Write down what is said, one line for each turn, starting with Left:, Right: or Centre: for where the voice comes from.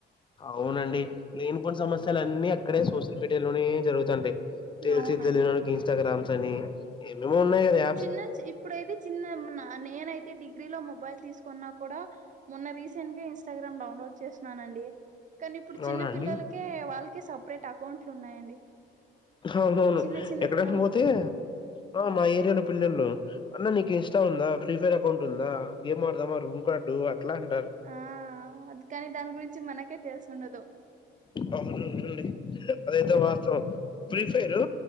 Left: అవునండి లేనిపోని సమస్యలన్నీ అక్కడే సోషల్ మీడియా లోనే జరుగుతుంటాయి. తేల్సి
Right: అవునండి
Left: తెలియనోడికి ఇన్స్టాగ్రామ్స్ అని ఏమేమో ఉన్నాయి గదా యాప్
Right: చిన్న చి ఇప్పుడైతే చిన్న ఏమన్న నేనైతే డిగ్రీలో మొబైల్ తీసుకున్నా కూడా మొన్న రీసెంట్గ ఇన్స్టాగ్రామ్ డౌన్లోడ్ చేసినానండి. కనీప్పుడు చిన్న
Left: అవునండి
Right: పిల్లలకే వాళ్ళకే సపరేట్ అకౌంట్లు ఉన్నాయండి
Left: అవునవును
Right: చిన్న చిన్న
Left: ఎక్కడన్న
Right: పిల్లలకే
Left: పోతే ఆ మా ఏరియాలో పిల్లలు అన్న నీకు ఇన్స్టా ఉందా, ఫ్రీఫైర్ అకౌంట్ ఉందా, గేం ఆడదామా రూమ్ కార్డు అట్లా అంటారు
Right: ఆ అది కాని దాని గురించి మనకే తెలిసి ఉండదు
Left: అవునవునండి అదైతే వాస్తవం ఫ్రీ ఫైరు